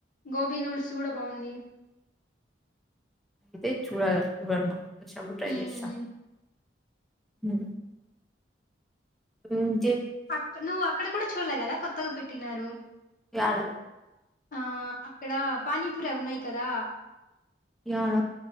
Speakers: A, on the left (about 45°); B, in the centre.
A: గోబీ నూడిల్స్ గుడ బాఉంది
B: తే చూడ చూడలే నెక్ట్ టైం ట్రై
A: మ్మ్
B: చేస్తా మ్ నమ్
A: అక్ నువ్వు అక్కడ గుడ చూడ్లే గదా కొత్తగా పెట్టినారు
B: యాడ
A: ఆ అక్కడ పానీపూరి అవున్నాయి కదా
B: యాడ